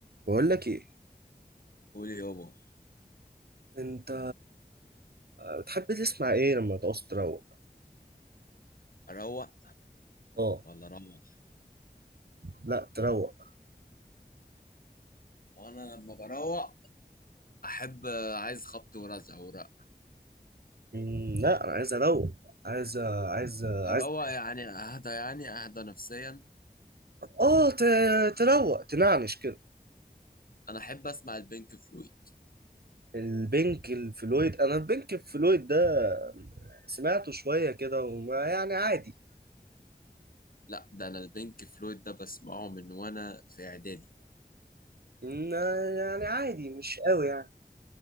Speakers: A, on the right; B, on the left.
A: بقول لك ايه
B: قولي يابا
A: انت بتحب تسمع ايه لما تعوز تروق
B: اروق
A: اه
B: ولا اروح
A: لا تروق
B: وانا لما بروق احب عايز خبط ورزع ورق
A: مم، لا انا عايز اروق عايز عايز عايز
B: اروق يعني اهدى يعني اهدى نفسيا
A: اه ت- تروق تنعنش كده
B: انا احب اسمع البينك فلويد
A: البنك الفلويد انا البنك الفلويد ده سمعته شوية كده وما يعني عادي
B: لا ده انا البينك فلويد ده بسمعه من وانا في اعدادي
A: إن- يعني عادي مش قوي يعني